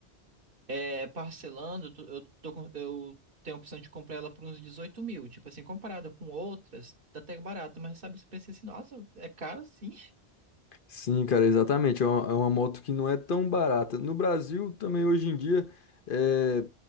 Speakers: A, on the right; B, on the left.
A: é, parcelando, tu- eu, tô, com- eu tenho a opção de comprar ela por uns 18 mil, tipo assim, comparada com outras, tá até barato, mas sabe, você pensa assim, nossa, é caro sim.
B: Sim, cara, exatamente. É uma, é uma moto que não é tão barata. No Brasil, também hoje em dia, é,